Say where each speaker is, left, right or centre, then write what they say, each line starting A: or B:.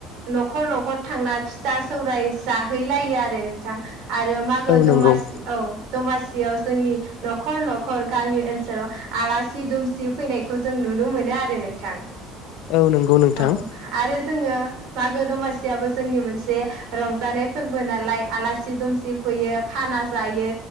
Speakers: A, on the right (about 65°); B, on the left (about 75°).
A: न'खर न'खर थांना फिथा जाहैलाया। आरो नोंथां आरो मागो
B: औ
A: दमासि
B: नंगौ
A: औ दमासियाव जोंनि न'खर न'खर गामि ओनसोलाव आलासि दुमसि फैनायखौ जों नु नुनो मोनो आरो नोंथां।
B: औ नंगौ नोंथां।
A: औ आरो जोङो मागो दमासियाबो जोंनि मोनसे रंजानाय फोरबो नालाय आलासि दुमसिफ फैयो खाना जायो।